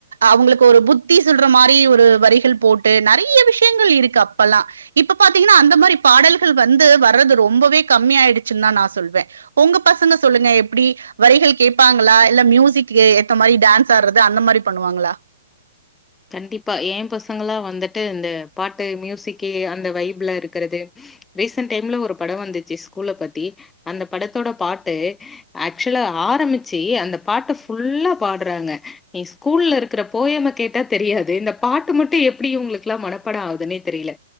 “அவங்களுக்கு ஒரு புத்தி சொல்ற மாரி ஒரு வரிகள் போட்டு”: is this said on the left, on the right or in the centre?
Right